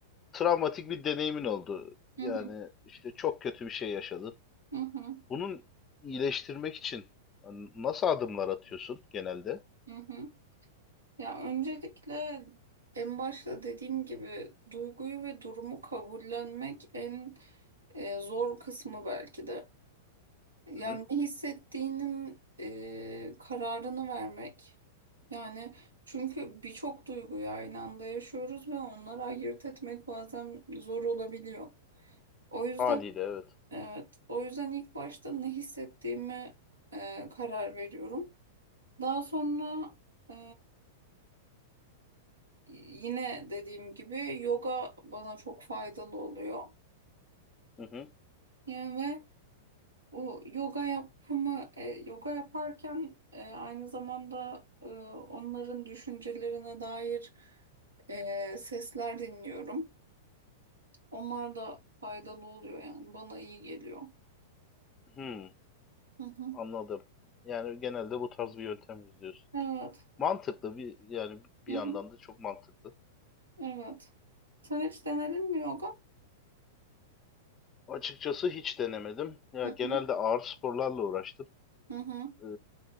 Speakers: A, on the left; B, on the right.
A: Travmatik bir deneyimin oldu.
B: hı
A: Yani
B: hı,
A: işte çok kötü bir şey yaşadın.
B: hı hı,
A: Bunun iyileştirmek için hani nasıl adımlar atıyorsun genelde?
B: hı hı. Ya öncelikle en başta dediğim gibi duyguyu ve durumu kabullenmek en e, zor kısmı belki de. Yani
A: Hı hı.
B: ne hissettiğinin e, kararını vermek. Yani çünkü birçok duyguyu aynı anda yaşıyoruz ve onları ayırt etmek bazen zor olabiliyor. O yüzden
A: Haliyle evet.
B: evet, o yüzden ilk başta ne hissettiğime e, karar veriyorum. Daha sonra e, yine dediğim gibi yoga bana çok faydalı oluyor.
A: Hı hı.
B: Yani O yoga yapımı, e, yoga yaparken e, aynı zamanda e, onların düşüncelerine dair e, sesler dinliyorum. Onlar da faydalı oluyor yani bana iyi geliyor.
A: Hı.
B: Hı hı.
A: Anladım. Yani genelde bu tarz bir yöntem izliyorsun.
B: Evet.
A: Mantıklı bir yani bir
B: Hı hı.
A: yandan da çok mantıklı.
B: Evet. Sen hiç denedin mi yoga?
A: Açıkçası hiç denemedim. Ya
B: Hı
A: genelde
B: hı.
A: ağır sporlarla uğraştım.
B: Hı hı.
A: Ee,